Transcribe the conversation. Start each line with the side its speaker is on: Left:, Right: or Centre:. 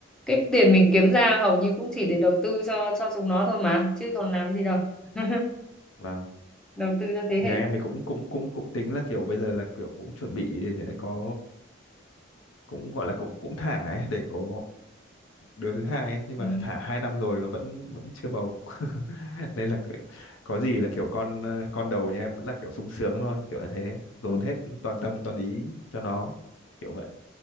Centre: cái tiền mình kiếm ra hầu như cũng chỉ để đầu tư cho cho chúng nó thôi mà, chứ còn làm gì đâu. <laughs>
Left: và
Centre: Đầu tư cho thế
Left: nhà
Centre: hệ.
Left: em thì cũng cũng cũng cũng tính là kiểu bây giờ là kiểu cũng chuẩn bị để có cũng gọi là cũng cũng thả ấy, để có đứa thứ hai ấy. nhưng mà
Centre: Ừ.
Left: thả hai năm rồi mà vẫn vẫn chưa bầu <laughs> nên là cứ- có gì là kiểu con ờ, con đầu nhà em vẫn là kiểu sung sướng thôi kiểu như thế dồn
Centre: Còn
Left: hết toàn tâm toàn ý cho nó kiểu vậy